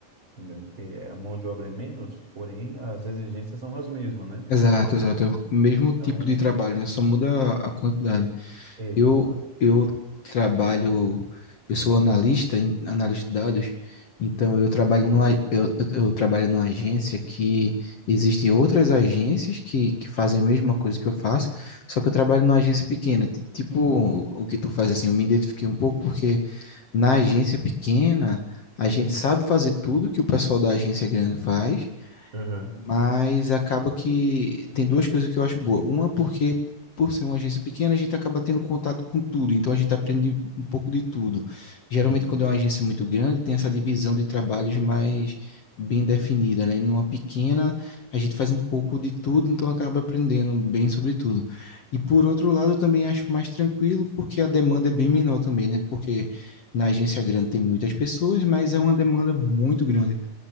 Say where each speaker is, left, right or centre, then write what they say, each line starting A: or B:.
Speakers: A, on the right; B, on the left.
A: entendeu? Porque a mão de obra é menos, porém as exigências são as mesmas, né?
B: Exato, exato. É o mesmo
A: Então,
B: tipo de trabalho, né? Só muda a quantidade.
A: exato.
B: Eu, eu trabalho, eu sou analista, em- analista de dados, então eu trabalho
A: Show.
B: numa, eu, eu eu trabalho numa agência que existem outras agências que, que fazem a mesma coisa que eu faço, só que eu trabalho numa agência pequena, ti- tipo o que tu faz assim, eu me identifiquei um pouco porque na agência pequena a gente
A: Hum.
B: sabe fazer tudo que o pessoal da agência grande faz,
A: Uhum.
B: mas acaba que tem duas coisas que eu acho boa. Uma, porque por ser uma agência pequena, a gente acaba tendo contato com tudo, então a gente aprende um pouco de tudo. Geralmente,
A: Uhum.
B: quando é uma agência muito grande, tem essa divisão de trabalhos mais bem definida, né? E Numa pequena, a gente faz um pouco de tudo, então acaba aprendendo bem sobre tudo. E por outro lado, eu também acho mais tranquilo, porque a demanda é bem menor também, né? Porque na agência grande tem muitas pessoas, mas é uma demanda muito grande.